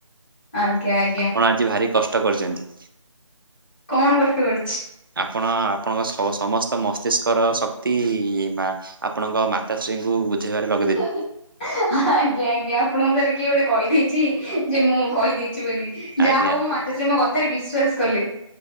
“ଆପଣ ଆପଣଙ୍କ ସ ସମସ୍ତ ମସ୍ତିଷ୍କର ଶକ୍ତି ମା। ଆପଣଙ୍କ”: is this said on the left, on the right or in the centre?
Right